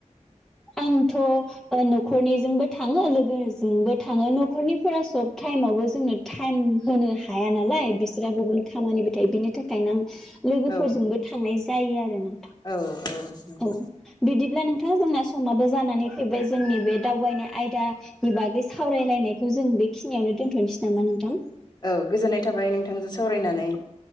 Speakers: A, in the centre; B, on the left.
A: आंथ' ओ न'खरनिजोंबो थाङो लोगोजोंबो थाङो न'खरनिफोरा सब टाइमावबो जोंनो टाइम होनो हाया नालाय बिसोरा गुबुन खामानिबो थायो बिनि थाखायनो आं लोगोफोरजोंबो
B: औ
A: थांनाय जा जायो आरो ना
B: औ औ नंगौ
A: औ बिदिब्ला नों नोंथां जोंना समाबो जानानै फैबाय जोंनि बे दावबायनाय आयदा नि बागै सावरायलायनायखौ जों बेखिनियावनो दोनथ'नोसै नामा नोंथां?
B: औ गोजोननाय थाबाय नोंथांजों सावरायनानै।